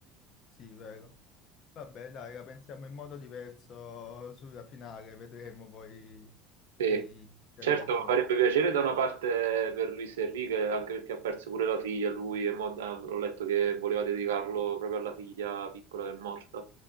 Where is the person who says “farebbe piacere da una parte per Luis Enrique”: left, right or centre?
Right